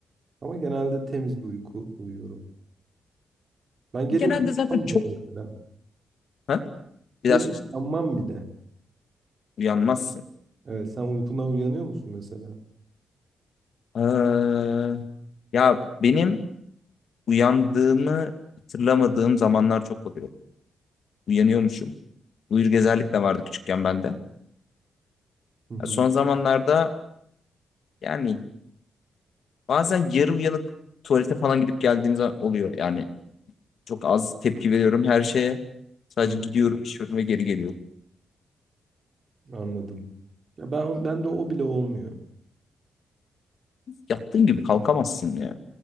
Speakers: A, on the right (about 35°); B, on the left (about 50°).
A: Ama genelde temiz bir uyku uyuyorum. Ben gece
B: <laughs> Genelde
A: uyanmam
B: zaten çok...
A: bile mesela.
B: Ha?
A: Gece
B: Bir daha söylesene.
A: uyanmam bile.
B: Uyanmazsın.
A: Evet sen uykundan uyanıyor musun mesela?
B: Ha. Ya benim uyandığımı hatırlamadığım zamanlar çok oluyor. Uyanıyormuşum. Uyur gezerlik de vardı küçükken bende. Ya
A: Hı hı.
B: son zamanlarda yani bazen yarı uyanık tuvalete falan gidip geldiğim zaman oluyor. Yani çok az tepki veriyorum her şeye. Sadece
A: Hı.
B: gidiyorum, işiyorum ve geri geliyorum.
A: Anladım. Ya ben ben de o bile olmuyor.
B: Yattığın gibi kalkamazsın ya.